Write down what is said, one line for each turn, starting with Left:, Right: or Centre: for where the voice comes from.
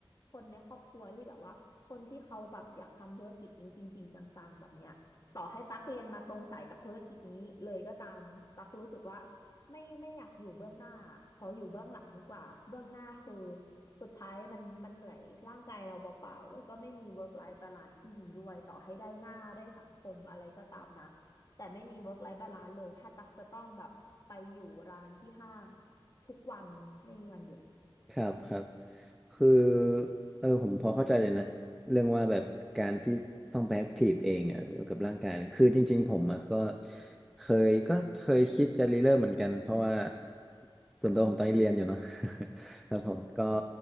Left: คนในครอบครัวที่แบบว่าคนที่เขาแบบอยากทำธุรกิจนี้จริงๆจังๆแบบเนี้ยต่อให้ตั๊กเรียนมาตรงสายกับธุรกิจนี้เลยก็ตามตั๊กรู้สึกว่าไม่ไม่อยากอยู่เบื้องหน้าขออยู่เบื้องหลังดีกว่าเบื้องหน้าคือ สุดท้ายมันมันเหนื่อยร่างกายเราเปล่าๆแล้วก็ไม่มี work life balance ที่ดีด้วยต่อให้ได้หน้าได้สังคมอะไรก็ตามนะแต่ไม่มี work life balance เลยถ้าตักจะต้องแบบไปอยู่ร้านที่ห้างทุกวันไม่มีวันหยุด
Centre: ครับครับคือเออผมพอเข้าใจเลยนะเรื่องว่าแบบการที่ต้องไปแอคทีฟเองอ่ะเกี่ยวกับร่างกายเนี่ยคือจริงๆผมอ่ะก็เคยก็เคยคิดจะรีเริ่มเหมือนกันเพราะว่าส่วนตัวผมตอนนี้เรียนอยู่เนาะ <laughs> ครับผมก็
Left: อื